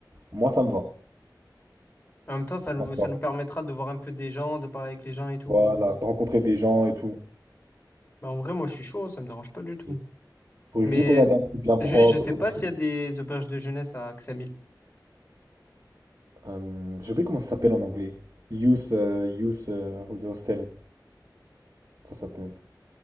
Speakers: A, on the right (about 55°); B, on the left (about 25°).
A: Moi ça me va.
B: En même temps, ça
A: T'en penses
B: nous,
A: quoi?
B: ça nous permettra de voir un peu des gens, de parler avec les gens et tout.
A: Voilà, de rencontrer des gens et tout.
B: Bah, en vrai, moi, je suis chaud, ça me dérange pas du
A: Vas-y.
B: tout.
A: Faut
B: Mais
A: juste regarder un truc bien propre.
B: juste, je sais pas
A: un truc-
B: s'il y a des auberges de jeunesse à Xamil.
A: Euh, j'ai oublié comment ça s'appelle en anglais. Youth, euh, Youth euh, Hostel. Ça s'appelle.